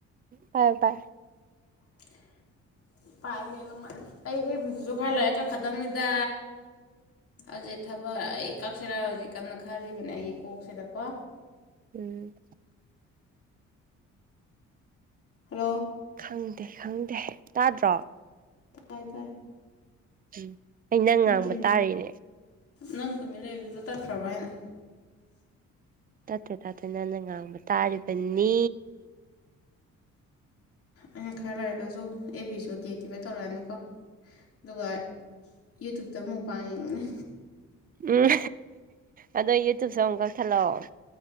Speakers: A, on the right; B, on the left.
A: ꯄꯥꯏꯌꯨ ꯄꯥꯏꯌꯨ
B: ꯕꯤꯝ <unintelligible> ꯄꯥꯏꯒꯦ ꯑꯗꯨꯃꯥꯏꯅ ꯑꯩ ꯑꯦꯞꯕꯤꯁꯤꯁꯨ ꯈꯔ ꯂꯩꯔ ꯀꯛꯈꯔꯗꯝꯅꯤꯗ ꯍꯧꯖꯤꯛ ꯊꯕꯛ ꯑꯩ ꯀꯛꯁꯤꯔ ꯍꯧꯖꯤꯛ ꯀꯟꯅ ꯈꯜꯂꯤꯕꯅꯦ ꯑꯩꯒꯤ ꯀꯣꯛꯁꯤꯗꯀꯣ
A: ꯎꯝ
B: ꯍꯜꯂꯣ
A: ꯈꯪꯗꯦ ꯈꯪꯗꯦ ꯇꯥꯗ꯭ꯔꯣ
B: ꯇꯥꯏ ꯇꯥꯏ
A: ꯎꯝ ꯑꯩꯅꯪ
B: ꯅꯪ
A: ꯉꯥꯡꯕ
B: ꯇꯨꯃꯤꯟ
A: ꯇꯥꯔꯤꯅꯦ
B: ꯅꯪ ꯇꯨꯃꯤꯟꯅ ꯂꯩꯕꯗꯨꯗ ꯇꯠꯈ꯭ꯔꯕ ꯍꯥꯏꯅ
A: ꯇꯠꯇꯦ ꯇꯠꯇꯦ ꯅꯪꯅ ꯉꯥꯡꯕ ꯇꯥꯔꯤꯕꯅꯤ
B: ꯑꯩꯅ ꯈꯔ ꯂꯩꯔꯒꯖꯨ ꯑꯦꯞꯕꯤꯁꯨ ꯗꯤꯑꯦꯛꯇꯤꯕꯦꯠ ꯇꯧꯔꯛꯑꯅꯤꯀꯣ ꯑꯗꯨꯒ ꯌꯨꯇꯨꯞꯇ ꯃꯨꯛꯕꯥꯡ ꯌꯦꯡꯉꯅꯤ
A: ꯎꯝ ꯑꯗꯣ ꯌꯨꯇꯨꯞꯁꯨ ꯑꯃꯨꯛ ꯀꯛꯊꯠꯂꫭ